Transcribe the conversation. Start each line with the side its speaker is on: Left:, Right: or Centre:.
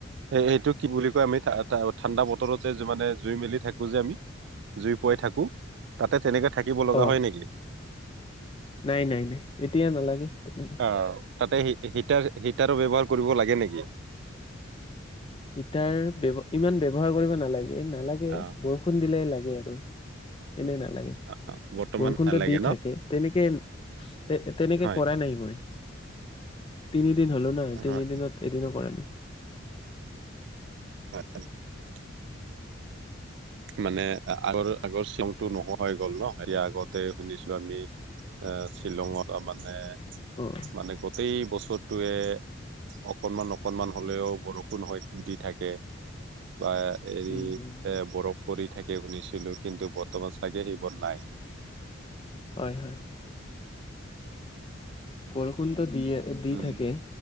Right: এ এইটো কি বুলি কয় আমি ঠাণ্ডা বতৰত যে মানে জুই মেলি থাকো যে আমি জুই ফুৱাই থাকো তাতে তেনেকে থাকিব লগা
Left: অ',
Right: হয় নেকি?
Left: নাই নাই নাই এতিয়া নালাগে তেনেকে
Right: অ তাতে হিটাৰ হিটাৰো ব্যৱহাৰ কৰিব লাগে নেকি।
Left: ইটাৰ ব্যয় ইমান ব্যৱহাৰ কৰিব নালাগে নালাগে
Right: অ
Left: বৰষুণ দিলে লাগে আৰু এনেই নালাগে
Right: অ বৰ্তমান
Left: বৰষুণটো
Right: নালাগে
Left: দি
Right: ন
Left: থাকে তেনেকে তে তেনেকে
Right: হয়
Left: কৰা নাই মই তিনিদিন হ'লো ন তিনি
Right: হয়
Left: দিনত এদিনো কৰা নাই
Right: হয় মানে আগৰ আগৰ চে মটো নোহোৱা হৈ গ'ল ন সয়া আগত তাতে শুনিছিলো আমি এ শ্বিলঙত মানে।
Left: অ',
Right: মানে গোটেই বছৰটোৱে অকনমান অকনমান হলেও বৰষুণ হয় দি থাকে। বা হেৰি
Left: উম, উম।
Right: এ বৰফ পৰি থাকে শুনিছিলো কিন্তু বৰ্তমান চাগে সেই বোৰ নাই
Left: হয় হয় বৰষুণটো দি দি
Right: উম
Left: থাকে।